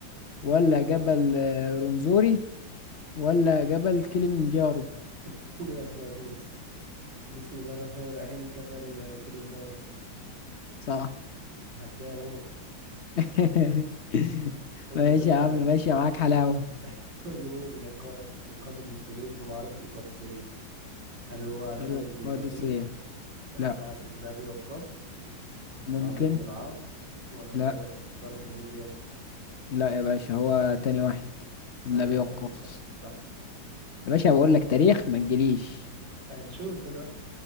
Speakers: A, on the left; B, on the right.
A: ولا جبل آه، رونزوري ولا جبل كليمنجارو
B: <laughs> دي اسمها دي يا اسطى بسم الله الرحمن الرحيم كبل كليندارو
A: صح
B: هبداية موت
A: <laughs>
B: قول
A: ماشي
B: لي يا باشا
A: يا عم ماشي معاك حلاوة
B: <laughs> قول لي مين اللي قا- قاد المسلمين في معركة القادسية هل هو خالد
A: القادسية
B: بن الوليد ولا
A: لا
B: سعد بن أبي وقاص
A: ممكن
B: ولا عمرو بن العاص ولا
A: لا
B: طارق طارق بن زياد
A: لا يا باشا هو تاني واحد
B: سعد
A: ابن ابي
B: بن
A: وقاص
B: أبي وقاص صح
A: يا باشا بقول لك تاريخ ما تجيليش
B: هنشوف دلوقتي